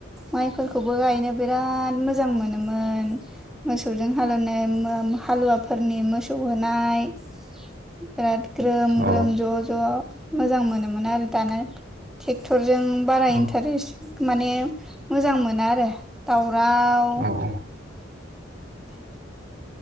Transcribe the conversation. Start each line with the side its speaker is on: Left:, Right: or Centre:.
Centre: माइफोरखौबो गायनो बिराद मोजां मोनोमोन। मोसौजों हालेवनाय हालुवाफोरनि मोसौ होनाय। बिराद ग्रोम
Right: औ
Centre: ग्रोम ज' ज' मोजां मोनोमोन आरो दाना ट्रेक्टरजों बारा
Right: औ
Centre: इन्टारेस्ट माने मोजां मोनो आरो दावराव।
Right: औ
Centre: <inaudible>